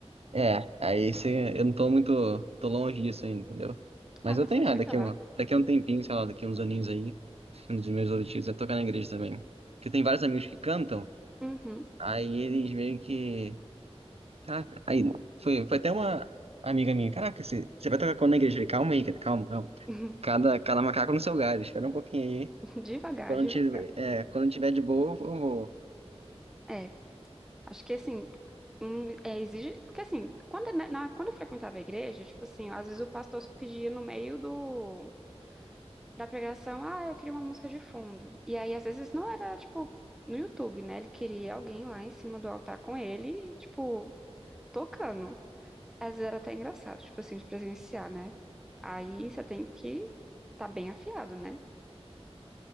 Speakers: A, on the right (about 65°); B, in the centre.
A: é, aí você, eu não tô muito, tô longe disso ainda, entendeu? Mas
B: Ah, mas
A: eu tenho,
B: você chega
A: ah, daqui
B: lá.
A: a, uma- daqui a um tempinho, sei lá, daqui a uns aninhos aí, um dos meus objetivos é tocar na igreja também. Porque tem vários amigos que cantam,
B: Uhum.
A: aí eles meio que Caraca, aí foi, foi até uma amiga minha, caraca, você, você vai tocar com o negro? Eu falei, Calma aí, cara, calma, calma.
B: <laughs>
A: Cada, cada macaco no seu galho, espera um pouquinho aí.
B: Devagar,
A: E quando
B: devagar.
A: tiver, é, quando tiver de boa, eu vou.
B: É, acho que assim, Hum, é, exige, porque assim, quando, na, na- quando eu frequentava a igreja, tipo assim, às vezes o pastor pedia no meio do, da pregação, ah, eu queria uma música de fundo. E aí, às vezes, não era, tipo, no YouTube, né? Ele queria alguém lá em cima do altar com ele, e, tipo, tocando. Às vezes era até engraçado, tipo assim, de presenciar, né? Aí você tem que tá bem afiado, né?